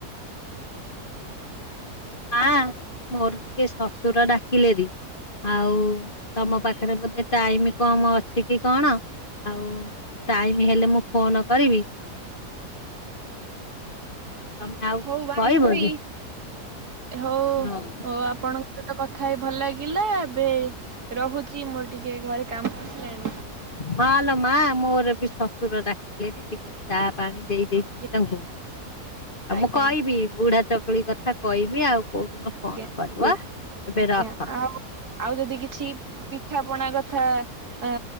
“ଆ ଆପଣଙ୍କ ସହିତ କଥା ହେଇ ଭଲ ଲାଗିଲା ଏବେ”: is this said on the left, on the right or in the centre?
Right